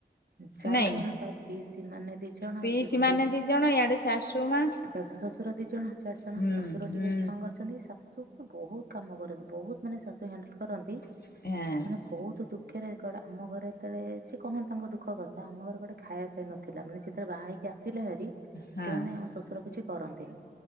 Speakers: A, on the right (about 60°); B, on the left (about 65°).
A: ଚାରିଜଣ
B: ନାଇଁ
A: ପାପି ସେମାନେ ଦି ଜଣ
B: ପିଇସି
A: ଆଉ ଯୋଉ ଗୋଟେ
B: ମାନେ ଦି ଜଣ ଇଆଡେ ଶାଶୁ ମା
A: ଶାଶୁ ଶଶୁର ଦି ଜଣ ଚାରି ଜଣ। ଜଣେ
B: ହୁଁ
A: ଶ୍ୱଶୁର
B: ହୁଁ
A: ଟିକେ ଷ୍ଟ୍ରଙ୍ଗ୍ ଅଛନ୍ତି ଶାଶୁ ବହୁତ କାମ କରନ୍ତି ବହୁତ ମାନେ ଶାଶୁ ହ୍ୟାଣ୍ଡେଲ କରନ୍ତି।
B: ହଁ।
A: ମାନେ ବହୁତ ଦୁଃଖରେେ ଆମ ଘରେ ଏତେବେଳେ ସେ କହନ୍ତି ତାଙ୍କ ଦୁଃଖ କଥା ଆମ ଘରେ ଗୋଟେ ଖାଇବା ପାଇଁ ନ ଥିଲା ମାନେ ସେତେବେଳେ ବାହା ହେଇକି ଆସିଲେ ଭାରି
B: ହଁ
A: ଏଠି ମାନେ
B: ହଁ
A: ଆମ ଶ୍ୱଶୁର କିଛି କରନ୍ତିନି।